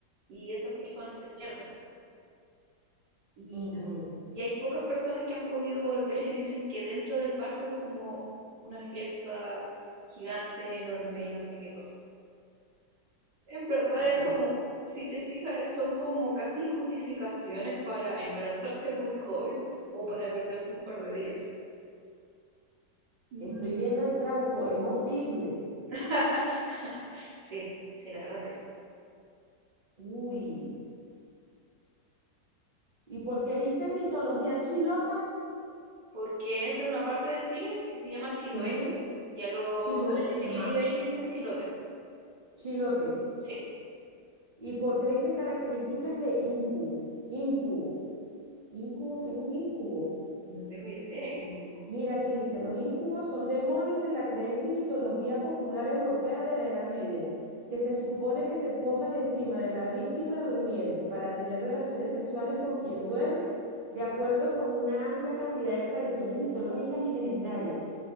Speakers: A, on the right; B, on the right.
A: y esas personas se pierden. Y,
B: ujú,
A: y hay pocas personas que han podido volver y dicen que dentro del barco hay como una fiesta gigante, enorme y no sé qué cosa. En verdad
B: ujú.
A: es como, si te fijas, son como casi justificaciones para embarazarse muy joven o para perderse un par de días. No.
B: Estoy viendo el trauco, es horrible.
A: <laughs> Sí, sí, la verdad es que sí.
B: Uy. ¿Y por qué dice mitología chilota?
A: Porque es de una parte de Chile que se llama Chiloé
B: Ujú,
A: y a, lo-
B: Chilo,
A: a la gente
B: ajá,
A: que vive ahí le dicen chilote.
B: chilote.
A: Sí,
B: ¿Y por qué dice características de incubo? Incubo. Incubo, ¿qué es un incubo?
A: no tengo idea que es un incu.
B: Mira, aquí dice, los incubos son demonios en la creencia y mitología popular europea de la Edad Media, que se supone que se posan encima de la víctima durmiente para tener relaciones sexuales con quien duerme, de acuerdo con una amplia cantidad de tradiciones mitológicas y legendarias.